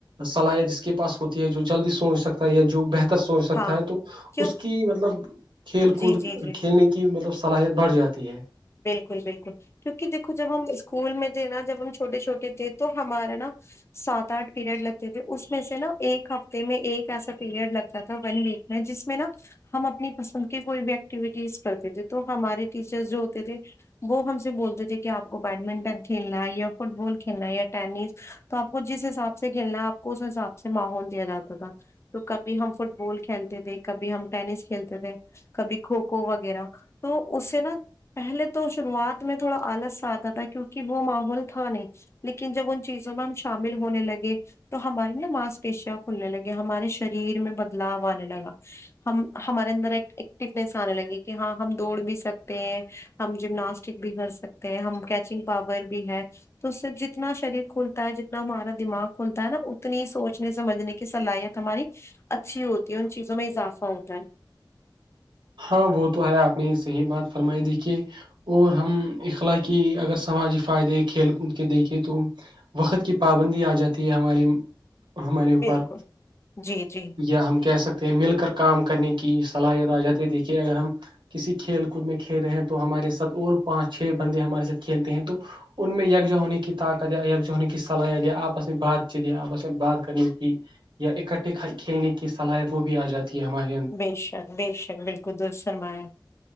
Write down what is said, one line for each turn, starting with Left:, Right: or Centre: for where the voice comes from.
Right: صلاحیت جس کے پاس ہوتی ہے جو جلدی سوچ سکتا ہے جو بہ تر سوچ سکتا
Left: ہاں،
Right: ہے تو
Left: کیوں
Right: اس کی مطلب کھیل
Left: جی،
Right: کود
Left: جی، جی۔
Right: کھیلنے کی کی مطلب صلاحیت بڑھ جاتی ہے
Left: بالکل بالکل کیونکہ دیکھو جب ہم اسکول میں تھے نا جب ہم چھوٹے چھوٹے تھے تو ہمارا نا سات آٹھ پیریڈ لگتے تھے اس میں سے نا ایک ہفتے میں ایک ایسا پیریڈ لگتا تھا ون ویک جس میں نا ہم اپنی پسند کی کوئی بھی ایکٹیویٹیز کرتے تھے تو ہمارے ٹیچر جو تھے وہ ہم سے بولتے تھے کہ آپ کو بید منٹن کھیلنا ہے یا فٹ بال کھیلنا ہے یا ٹینس تو آپ کو جس حساب سے کھیلنا ہے آپ کو اس حساب سے ماحول دیا جاتا تھا تو کبھی ہم فٹ بال کھیلتے تھے کبھی ہم ٹینس کھیلتے تھے کبھی کھوکھو وغیرہ تو اس سے نا پہلے تو شروعات میں تھوڑا آلس آتا تھا کیونکہ وہ ماحول تھا نہیں لیکن جب ان چیزوں میں ہم شامل ہونے لگے تو ہماری نا مانس پیشیاں کھلنے لگی ہمارے شریر میں بدلاؤ آنے لگا ہم ہمارے اندر ایک ایکٹیونیس آنے لگی کہ ہاں ہم دوڑ بھی سکتے ہیں ہم جمناسٹک بھی کر سکتے ہیں ہم کیچنگ پاور بھی ہے تو اس سے جتنا شریر کھلتا ہے جتنا ہمارا دماغ کھلتا ہے نا اتنی سوچنے سمجھنے کی صلاحیت ہماری اچھی ہوتی ہے ان چیزوں میں اضافہ ہوتا ہے
Right: ہاں وہ تو ہے آپ نے یہ صحیح بات فرمائی دیکھیے اور ہم اخلاقی اگر سماجی فائدے کھیل کود کے دیکھیں تو وقت کی پابندی آ جاتی ہے ہمارے ہمارے اوپر
Left: بالکل جی جی
Right: یا ہم کہہ سکتے ہیں مل کر کام کرنے کی صلاحیت آ جاتی ہے دیکھیے اگر ہم کسی کھیل کود میں کھیل رہے ہیں تو ہمارے ساتھ اور پانچ چھ بندے ہمارے ساتھ کھیلتے ہیں تو ان میں یکجا ہونے کی طاقت یا یکجا ہونے کی صلاحیت یا آپس میں بات چیت یا آپس میں بات کرنے کی یا اکٹھے کھیلنے کی صلاحیت وہ بھی آ جاتی ہے ہماری
Left: بے شک بے شک بالکل درست فرمایا